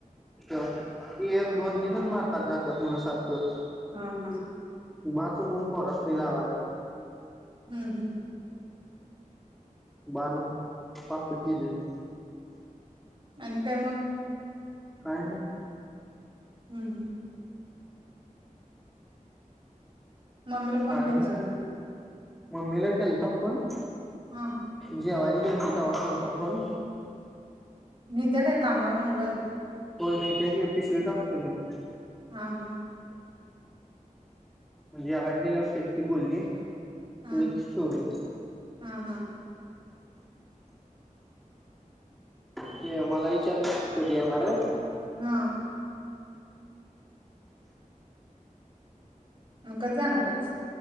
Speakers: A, in the centre; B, on the right.
A: अच्छ हे दोन तीनच मारतात जातात म्हणून सारखं
B: हा हा.
A: वाचकून परत लागाजत.
B: हम्म हम्म.
A: बणू पाप केलेली.
B: आणि काय मग
A: काय नाही.
B: हम्म हम्म. मम्मीला फोन
A: आणि
B: केलता का नाही.
A: मम्मीला केलता फोन
B: हा.
A: जी अ व्हलडल सुटा होॉटल का फोन
B: मी त्या काय कामावर मोबाईल
A: हो नाही त्या पिशवीेत असते म्हणे.
B: हा हा.
A: म्हणजे आल्यावर खेती बोलली.
B: हा
A: लगेच ठेवली.
B: हा हा
A: हे मला विचारलं कधी येणार आहे.
B: हा. मग कसं जाणारे?